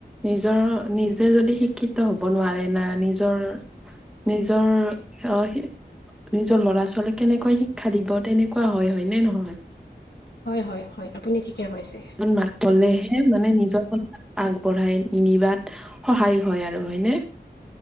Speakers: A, in the centre; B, on the left.
A: নিজৰ নিজে যদি শিক্ষিত হ'ব নোৱাৰে না নিজৰ নিজৰ অহ সি <unintelligible> নিজৰ ল'ৰা ছোৱালীক কেনেকৈ শিক্ষা দিব তেনেকুৱা হয় মানে
B: হয়-হয়-হয় আপুনি ঠিকে কৈছে
A: <unintelligible> মাত পলে <unintelligible> মানে নিজৰ কথা আগবঢ়াই নিবাত সহায় হয় আৰু হয়নে?